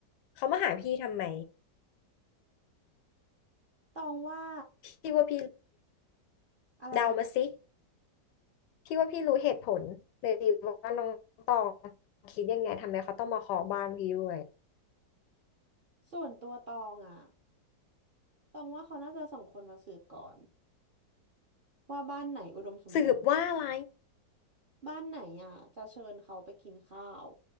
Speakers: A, on the left (about 75°); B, on the right (about 50°).
A: เขามาหาพี่ทำไม
B: ตองว่า
A: พี่ว่าพี่
B: อะไรนะคะ
A: เดามาสิพี่ว่าพี่รู้เหตุผลเลยสิว่าน้องตองคิดยังไงทำไมเขาต้องมาขอบ้านพี่ด้วย
B: ส่วนตัวตองอ่ะตองว่าเขาน่าจะส่งคนมาสืบก่อนว่าบ้านไหนอุดมสมบูรณ์
A: สืบว่าอะไร
B: บ้านไหนอ่ะจะเชิญเขาไปกินข้าว